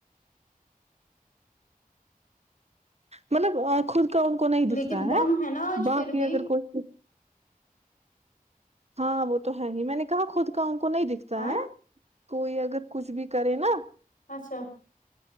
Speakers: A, on the right (about 45°); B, on the left (about 60°).
A: مطلب آنکھوں کا ان کو نہیں
B: لیکن
A: دکھتا
B: دم
A: ہے
B: نا آج
A: باقی
B: پھر بھی
A: اگر کوئی ہاں وہ تو ہے ہی میں نے کہا خود کا ان کو نہیں دکھتا
B: ہاں
A: ہے کوئی اگر کچھ بھی کرے نا
B: اچھا